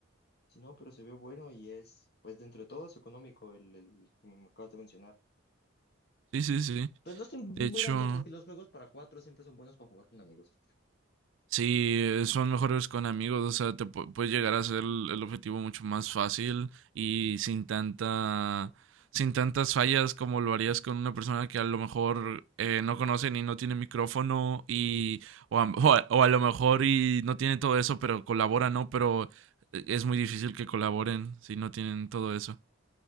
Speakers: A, on the left (about 50°); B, on the right (about 65°).
A: sí, no, pero se ve bueno y es, pues dentro de todo es económico el, el que me acabas de mencionar.
B: Sí, sí, sí.
A: Pues lo estoy mirando
B: De hecho.
A: porque los juegos para cuatro siempre son buenos para jugar con amigos.
B: Sí, eh, son mejores con amigos, o sea, te pu- puedes llegar a hacer el, el objetivo mucho más fácil y sin tanta, sin tantas fallas como lo harías con una persona que a lo mejor eh, no conocen y no tiene micrófono y o a, o a- o a lo mejor y no tiene todo eso, pero colabora, ¿no? Pero eh, es muy difícil que colaboren si no tienen todo eso.